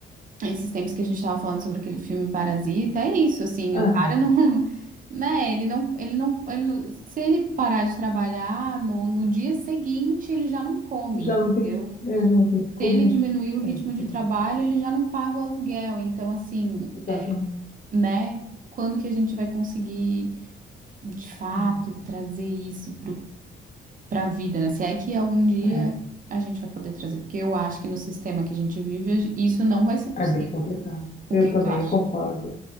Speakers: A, on the right (about 45°); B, on the left (about 40°).
A: Esses tempos que a gente tava falando sobre aquele filme Parasita, é isso, assim,
B: Aham.
A: o cara não. <laughs> Né, ele não, ele não, ele não- se ele parar de trabalhar no, no dia seguinte, ele já não come,
B: Já
A: entendeu?
B: não tem, é, já não tem o que comer.
A: Se ele diminuir o ritmo
B: É isso
A: de
B: que eu
A: trabalho, ele já não paga o aluguel. Então, assim,
B: Exatamente.
A: né? Quando que a gente vai conseguir, de fato,
B: É.
A: trazer isso para a vida, né? Se é que algum dia
B: É.
A: a gente vai poder trazer, porque eu acho que no sistema que a gente vive, a gen- isso não vai ser possível.
B: É bem complicado.
A: O
B: Eu
A: que
B: também
A: que tu acha?
B: concordo.